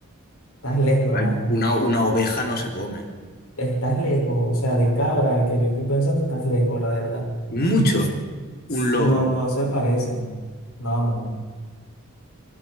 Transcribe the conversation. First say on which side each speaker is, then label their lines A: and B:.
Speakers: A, on the left; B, on the left.
A: Estás lejos,
B: A
A: hermano.
B: ver, Una, una oveja no se come.
A: Estás lejos. O sea, de Cabra, el que yo estoy pensando, estás lejos, la verdad. <laughs>
B: Mucho. Un lobo.
A: No, no se parecen. No, no.